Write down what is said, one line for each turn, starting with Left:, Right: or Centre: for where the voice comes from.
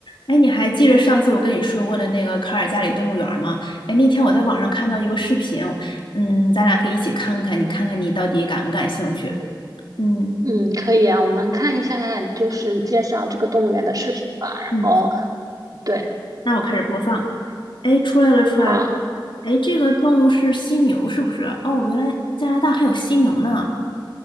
Left: 哎，你还记得上次我跟你说过的那个卡尔加里动物园儿吗？哎，那天我在网上看到一个视频，嗯，咱俩可以一起看看，你看看你到底感不感兴趣？嗯
Right: 嗯，可以啊，我们看一下就是介绍这个动物园的视频吧。然后，
Left: 嗯，
Right: 对，
Left: 那我开始播放。哎，出来了，出来了。
Right: 好，
Left: 哎，这个动物是犀牛，是不是？哦，原来加拿大还有犀牛呢。